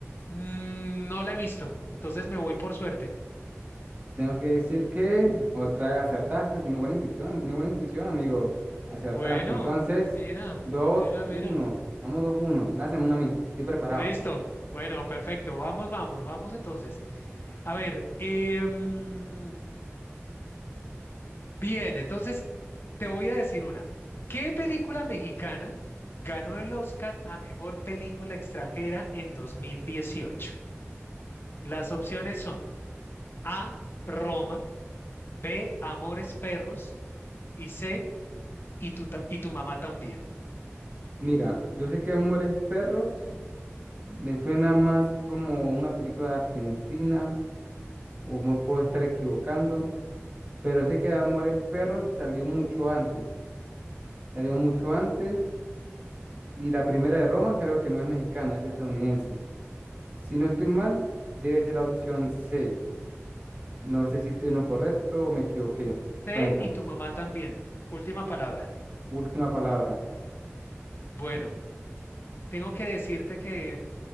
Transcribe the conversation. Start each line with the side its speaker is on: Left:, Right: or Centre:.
Left: Mm, no la he visto, entonces me voy por suerte.
Right: Tengo que decir que otra vez acertaste, tiene buena intuición, tiene buena intuición, amigo. Acertaste.
Left: Bueno,
Right: Entonces,
Left: mira,
Right: dos
Left: mira,
Right: uno.
Left: mira.
Right: Vamos dos uno. Lánzame una a mí. Estoy preparado.
Left: Listo. Bueno, perfecto. Vamos, vamos, vamos entonces. A ver, em, Bien, entonces te voy a decir una. ¿Qué película mexicana ganó el Oscar a mejor película extranjera en 2018? Las opciones son A, Roma, B, Amores Perros y C, y tu, ta- y tu mamá también.
Right: Mira, yo sé que Amores Perros me suena más como una película de Argentina, o me puedo estar equivocando, pero sé que Amores Perros salió mucho antes. Salió mucho antes, y la primera de Roma creo que no es mexicana, es estadounidense. Si no estoy mal, debe ser la opción C. No sé si estoy en lo correcto o me equivoqué.
Left: C,
Right: Cuéntame.
Left: y tu mamá también. Última palabra.
Right: Última palabra.
Left: Bueno,
Right: Ul-
Left: tengo que decirte que